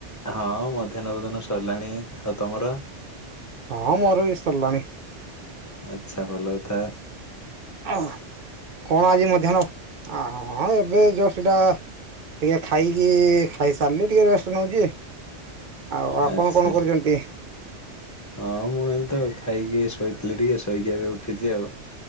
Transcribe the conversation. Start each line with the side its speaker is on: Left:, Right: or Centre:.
Left: ହଁ ମଧ୍ୟାହ୍ନ ଭୋଜନ ସରିଲାଣି ଆଉ ତମର?
Right: ହଁ ମୋର ବି ସରଲାଣି।
Left: ଆଚ୍ଛା ଭଲ କଥା।
Right: ଆଁ କଣ ଆଜି ମଧ୍ୟାହ୍ନ ଆ ହଁ ଏବେ ଜଷ୍ଟ ଏଟା ଟିକେ ଖାଇକି ଖାଇସାରଲି ଟିକେ ରେଷ୍ଟ ନୋଉଚି। ଆଉ ଆପଣ
Left: ଆଚ୍ଛା
Right: କଣ କରୁଚନ୍ତି?
Left: ହଁ ମୁଁ ହେଲେ ତ ଖାଇକି ଶୋଇଥିଲି ଟିକେ ଶୋଇକି ଏବେ ଉଠିଚି ଆଉ।